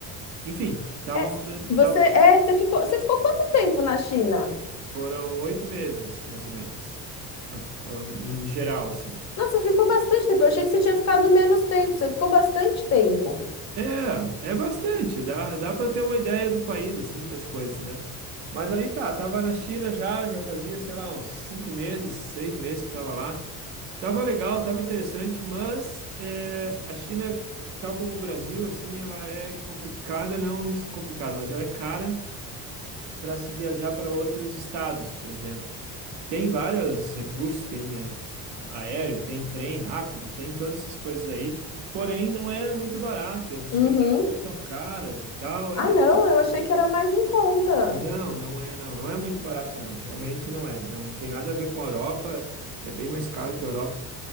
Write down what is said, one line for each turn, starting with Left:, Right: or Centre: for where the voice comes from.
Right: enfim, tava
Left: É,
Right: morando,
Left: você,
Right: tava
Left: é, você ficou, você ficou quanto tempo na China?
Right: Foram oito meses, mais ou menos, a- a- no no geral, assim.
Left: Nossa, você ficou bastante tempo. Eu achei que você tinha ficado menos tempo. Você ficou bastante tempo.
Right: É, é bastante, dá, dá para ter uma ideia do país, assim, das coisas, né? Mas aí tá, tava na China já, já fazia, sei lá, uns cinco meses, seis meses que tava lá. Tava legal, tava interessante, mas é, a China, tal como o Brasil, assim, ela é complicada, não complicada, mas ela é cara para se viajar para outros estados, por exemplo. Tem vários recursos, tem eh, aéreo, tem trem rápido, tem todas essas coisas aí, porém não é muito barato, e as hospedagens
Left: Uhum.
Right: são caras e tal, é
Left: Ah,
Right: meio...
Left: não, eu achei que era mais em conta.
Right: Não, não é, não, não é muito barato, não, realmente não é, não tem nada a ver com a Europa, é bem mais caro que a Europa,